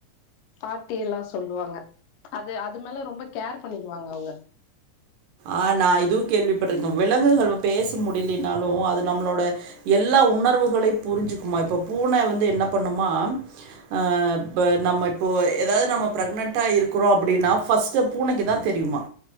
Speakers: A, on the left; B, on the right.
A: பாட்டி எல்லா சொல்லுவாங்க அது அது மேல ரொம்ப கேர் பண்ணிருவாங்க அவுங்க
B: ஆ நா இதுவு கேள்விப்பட் பட்ருக்க விலங்குகள் பேச முடிய்லினாலு அது நம்மளோட எல்லா உணர்வுகளை புரிஞ்சிக்குமா இப்போ பூன வந்து என்ன பண்ணுமா ஆ இப்ப நம்ம இப்போ ஏதாவ்து நம்ம ப்ரெக்னென்ட்டா இருக்குறோ அப்டின்னா ஃபர்ஸ்ட்டு பூனக்கிதா தெரியுமா